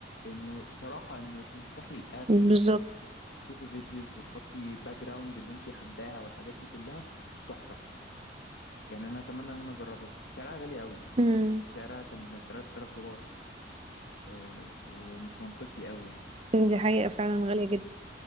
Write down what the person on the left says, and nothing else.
انه صراحة انه تفتحي الابس
وتشوفي فيديوز وتحطي باك جراوند اللي انت حباها والحاجات دي كلها تحفة يعني انا اتمنى ان انا اجربها بس سعرها غالي قوي يعني
انت شفت سعرها كان 3000 دولار آه، ومش منطقي قوي يعني